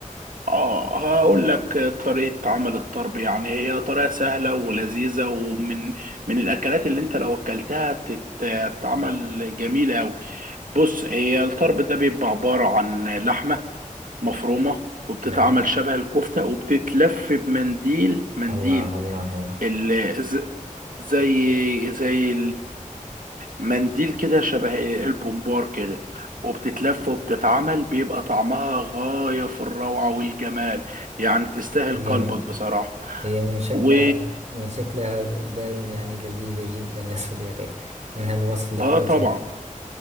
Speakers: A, on the right (about 80°); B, on the right (about 55°).
A: آه، هقول لك طريقه عمل الطرب يعني هي طريقه سهله ولذيذه ومن من الاكلات اللي انت لو اكلتها تت- تتعمل جميله قوي بص هي الطرب ده بيبقى عباره عن لحمه مفرومه وبتتعمل
B: نعم
A: شبه الكفته وبتتلف بمنديل منديل
B: الله الله الله
A: ال- الز- زي زي المنديل كده شبه البومبار كده وبتتلف وبتتعمل بيبقى طعمها غاية في الروعة والجمال يعني تستاهل
B: هي
A: قلبك
B: من
A: بصراحة
B: هي من شكلها
A: و
B: من شكلها باين يعني لذيذة جدا يا صديقي من هالوصف اللي
A: اه
B: قلت
A: طبعا
B: لي